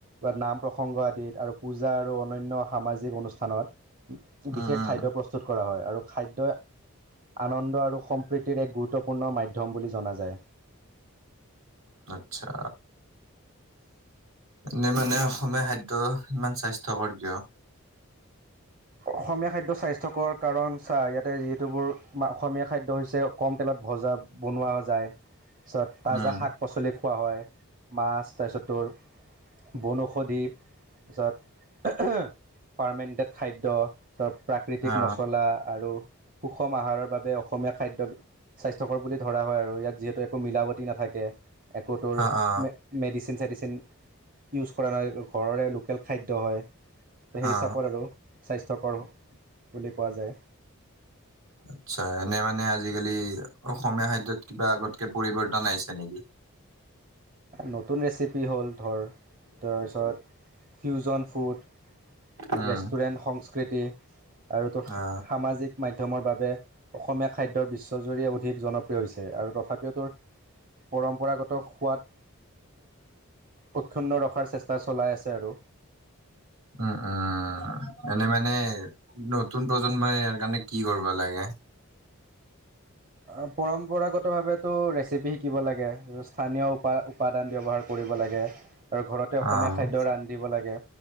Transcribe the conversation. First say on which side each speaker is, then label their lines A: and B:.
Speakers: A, on the right (about 40°); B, on the right (about 75°).
A: বা নাম প্ৰসংগ আদিত আৰু পূজা আৰু অনান্য সামাজিক অনুষ্ঠানত
B: উম
A: বিশেষ
B: উম
A: খাদ্য। প্ৰস্তুত কৰা হয়। আৰু খাদ্যই আনন্দ আৰু সম্প্ৰীতিৰ এক গুৰুত্বপূৰ্ণ মাধ্যম বুলি জনা যায়।
B: আচ্ছা। এনে মানে অসমীয়া খাদ্য ইমান স্বাস্থ্যকৰ কিয়।
A: অসমীয়া খাদ্য স্বাস্থ্যকৰ কাৰণ চা। ইয়াতে যিহেতুবোৰ অসমীয়া খাদ্য হৈছে। কম তেলত ভজা। ভজা বনোৱা যায়। তাৰপিছত তাজাহ
B: উম
A: শাক-পাচলি খোৱা হয়। মাছ তাৰপিছত তোৰ বনৌঔষধি তাৰপিছত পাৰ্মেণ্টেড খাদ্য। খাদ্য প্ৰাকৃতিক
B: অ
A: মচলা আৰু সুষম আহাৰৰ বাবে অসমীয়া খাদ্য। স্বাস্থ্যকৰ বুলি ধৰা হয়। আৰু ইয়াত যিহেতু একো মিলাবতি নাথাকে। একো তোৰ
B: অ অ
A: মেডিচিন মেডিচিন ইউজ কৰা নাই। ঘৰৰে লোকেল খাদ্য হয়, তো সেই
B: অ
A: হিচাপত আৰু স্বাস্থ্যকৰ বুলি কোৱা যায়।
B: আটচা এনে মানে আজিকালি অসমীয়া খাদ্যত কিবা আগতকে পৰিৱৰ্তন আহিছে। নেকি?
A: নতুন ৰেচিপি হ'ল ধৰ তাৰপিছত ফিউজন ফুড।
B: উম
A: ৰেষ্টুৰেণ্ট সংস্কৃতি। আৰু তৰ
B: অ
A: সামাজিক মাধ্যমৰ বাবে অসমীয়া খাদ্যৰ বিশ্বজুৰি অধিক জনপ্ৰিয় হৈছে। আৰু তথাপিও তোৰ পৰম্পৰাগত সোৱাদ। অক্ষুন্ন চেষ্টা চলাই আছে। আৰু
B: উম, উম। এনে মানে নতুন প্ৰজন্মই ইয়াৰ কাৰণে কি কৰিব লাগে।
A: অ পৰম্পৰাগত ভাবে টো ৰেচিপি শিকিব লাগে। স্থানীয় উপায় উপাদান ব্যৱহাৰ কৰিব লাগে। আৰু ঘৰতে অসমীয়া
B: অ উম,
A: খাদ্য ৰান্ধিব লাগে